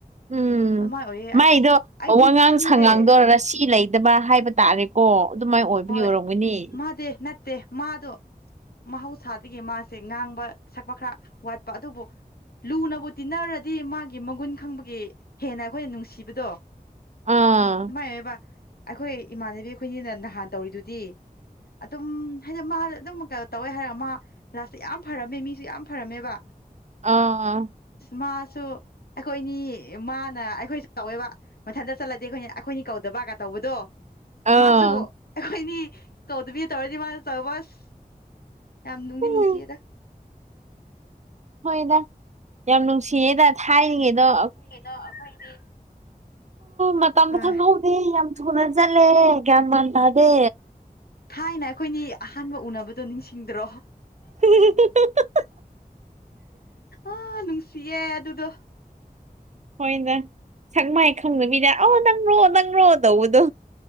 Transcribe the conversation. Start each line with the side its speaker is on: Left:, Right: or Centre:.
Right: ꯎꯝ
Left: ꯑꯗꯨꯃꯥꯏ ꯑꯣꯏꯌꯦ
Right: ꯃꯥꯏꯗꯣ
Left: ꯑꯁ ꯑꯩꯗꯤ
Right: ꯋꯥꯉꯥꯡ
Left: ꯈꯪꯗꯦ
Right: ꯁꯉꯥꯡꯗꯣ ꯔꯁꯤ ꯂꯩꯇꯕ ꯍꯥꯏꯕ ꯇꯥꯔꯦꯀꯣ ꯑꯗꯨꯃꯥꯏ ꯑꯣꯏꯕꯒꯤ
Left: ꯍꯣꯏ
Right: ꯑꯣꯏꯔꯝꯒꯅꯤ
Left: ꯅꯠꯇꯦ ꯅꯠ ꯗꯦ ꯃꯥꯗꯣ ꯃꯍꯧꯁꯥꯗꯒꯤ ꯃꯥꯁꯦ ꯉꯥꯡꯕ ꯁꯛꯄ ꯈꯔ ꯋꯥꯠꯄ ꯑꯗꯨꯕꯨ ꯂꯨꯅꯕꯨ ꯇꯤꯟꯅꯔꯗꯤ ꯃꯥꯒꯤ ꯃꯒꯨꯟ ꯈꯪꯕꯒꯤ ꯍꯦꯟꯅ ꯑꯩꯈꯣꯏꯅ ꯅꯨꯡꯁꯤꯕꯗꯣ
Right: ꯑꯥ
Left: ꯃꯥꯥꯏꯕ ꯑꯩꯈꯣꯏ ꯏꯃꯥꯟꯅꯕꯤ ꯑꯩꯈꯣꯏꯅꯤꯅ ꯅꯍꯥꯟ ꯇꯧꯔꯤꯗꯨꯗꯤ ꯑꯗꯨꯝ ꯍꯥꯏꯗꯤ ꯃꯥ ꯑꯗꯨꯝ ꯀꯩꯅꯣ ꯇꯧꯋꯦ ꯍꯥꯏꯔꯒ ꯃꯥ ꯔꯥꯁꯇꯥ ꯌꯥꯝ ꯐꯔꯝꯃꯦ ꯃꯤꯁꯨ ꯌꯥꯝ ꯐꯔꯝꯃꯦꯕ
Right: ꯑꯥ ꯑ
Left: ꯃꯥꯁꯨ ꯑꯩꯈꯣꯏꯅꯤ ꯃꯥꯅ ꯑꯩꯈꯣꯏꯁꯨ ꯇꯧꯋꯦꯕ ꯃꯊꯟꯇ ꯆꯠꯂꯗꯤ ꯑꯩꯈꯣꯏ ꯑꯩꯈꯣꯏꯅꯤ ꯀꯧꯗꯕꯒ ꯇꯧꯕꯗꯣ
Right: ꯑꯥ
Left: ꯃꯥꯁꯨ ꯑꯩꯈꯣꯏꯅꯤ ꯇꯧꯗꯕꯤ ꯇꯧꯔꯗꯤ ꯃꯥ ꯇꯧꯕꯁ ꯌꯥꯝ ꯅꯨꯡꯗꯤ
Right: ꯎꯝ
Left: ꯅꯨꯡꯁꯤꯌꯦꯗ
Right: ꯍꯣꯏꯗ ꯌꯥꯝ ꯅꯨꯡꯁꯤꯌꯦꯗ ꯊꯥꯏꯅꯉꯩꯗꯣ
Left: ꯉꯗꯣ ꯑꯩꯈꯣꯏꯗꯤ
Right: ꯃꯇꯝꯗ
Left: ꯍꯣꯏ
Right: ꯈꯪꯍꯧꯗꯦ ꯌꯥꯝ ꯊꯨꯅ ꯆꯠꯂꯦ ꯒ꯭ꯌꯥꯟ ꯃꯥꯟ ꯇꯥꯗꯦ
Left: ꯊꯥꯏꯅ ꯑꯩꯈꯣꯏꯅꯤ ꯑꯍꯥꯟꯕ ꯎꯅꯕꯗꯣ ꯅꯤꯡꯁꯤꯡꯗ꯭ꯔꯣ
Right: <inaudible>
Left: ꯑꯥ ꯅꯨꯡꯁꯤꯌꯦ ꯑꯗꯨꯗꯣ
Right: ꯍꯣꯏꯅ ꯁꯛ ꯃꯥꯏ ꯈꯪꯗꯕꯤꯗ ꯑ ꯅꯪꯔꯣ ꯅꯪꯔꯣ ꯇꯧꯕꯗꯣ